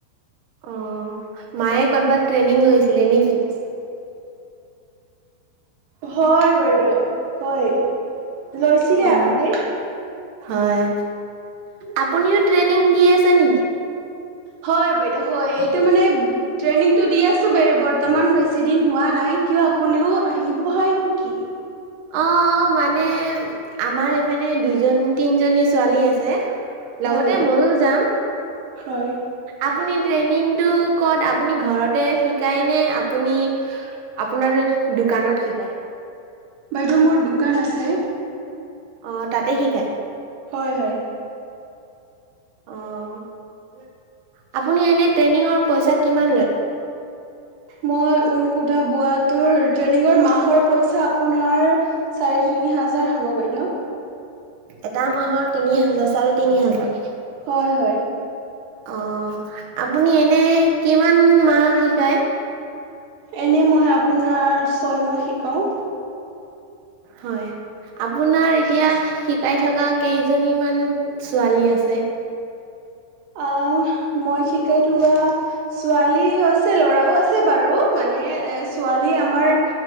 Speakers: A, on the right (about 80°); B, on the right (about 65°).
A: অ', মায়ে কদ'বাত ট্ৰেইনিং লৈছ ছিলে নেকি?
B: হয়, বাইদেউ। হয়, লৈছিলে
A: অ',
B: আগতে।
A: হয়, আপুনিও ট্ৰেইনিং দি আছে নেকি?
B: হয়, বাইদেউ। হয়, এইটো মানে ট্ৰেইনিংটো দি আছোঁ, বে-বৰ্তমান বেছি দিন হোৱা নাই কিয় আপুনিও আহিব হয় নেকি?
A: অ', মানে আমাৰ এইপিনে দুজন-তিনিজনী ছোৱালী আছে। লগতে
B: হয় বাইদেউ
A: মইও যাম।
B: হয়
A: আপুনি ট্ৰেইনিংটো ক'ত, আপুনি ঘৰতে শিকায় নে আপুনি আপোনাৰ, দোকানত শিকাই?
B: বাইদেউ মোৰ দোকান আছে।
A: অ', তাতে শিকায়?
B: হয়, হয়।
A: অ', আপুনি এনে ট্ৰেইনিংৰ পইচা কিমান লয়?
B: মই ঊনসূতা বোৱাটোৰ ট্ৰেইনিংৰ মাহৰ পইচা আপোনাৰ চাৰে তিনি হাজাৰ হ'ব বাইদেউ।
A: এটা মাহৰ তিনি হাজাৰ, চাৰে তিনি হাজাৰ?
B: হয়, হয়।
A: অ', আপুনি এনে কিমান মাহ শিকায়?
B: এনেই মই আপোনাৰ, ছয়মাহ শিকাও।
A: হয়, আপোনাৰ এতিয়া শিকাই থকা কেইজনী মান ছোৱালী আছে?
B: অ', মই শিকাই থকা ছোৱালী হৈছে, ল'ৰাও আছে বাৰু। মানে, এ ছোৱালী আমাৰ